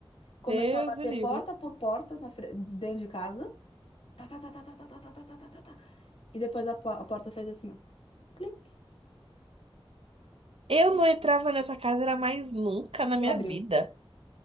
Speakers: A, on the right; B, on the left.
A: Deus
B: Começou a bater
A: me livre.
B: porta por porta na fre- de dentro de casa. Tá, tá, tá, tá, tá, tá, tá, tá, tá, tá, tá, tá, tá. E depois a, po- a porta fez assim, ó, clique,
A: Eu
B: e ab-
A: não entrava nessa casa, era mais nunca na
B: e
A: minha
B: abriu.
A: vida.